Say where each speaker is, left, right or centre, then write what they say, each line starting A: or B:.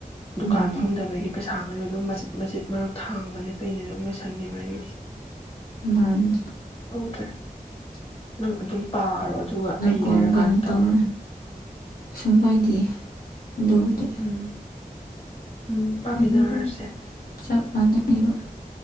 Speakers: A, on the left; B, on the left.
A: ꯗꯨꯀꯥꯟ
B: ꯎꯝ
A: ꯐꯝꯗꯕꯒꯤ ꯄꯩꯁꯥ ꯑꯗꯨ ꯑꯗꯨꯝ ꯃꯆꯤꯠ ꯃꯆꯤꯠ ꯃꯔꯨꯞ ꯊꯥꯡꯕꯅꯦ ꯀꯩꯅꯦ ꯑꯗꯨꯝ ꯂꯣꯏꯁꯟꯈꯤꯕꯒꯤ ꯍꯥꯏꯗꯤ
B: ꯃꯥꯅꯦ
A: ꯇꯔ꯭ꯦ ꯅꯪ ꯑꯗꯨꯝ ꯄꯥꯔꯣ ꯑꯗꯨꯒ
B: ꯀꯣ
A: ꯂꯩꯔꯀꯥꯟꯗ
B: ꯀꯩꯅꯣ
A: ꯇꯧꯔꯣ
B: ꯇꯧ ꯁꯨꯝ ꯀꯥꯏꯗ
A: ꯎꯝ
B: ꯑꯗꯨꯕꯨꯗꯤ
A: ꯎꯝ ꯎꯝ ꯄꯥꯃꯤꯟꯅꯔꯁꯦ
B: ꯑꯩꯒꯤꯗꯝ ꯆꯞꯀꯥꯟꯗꯕ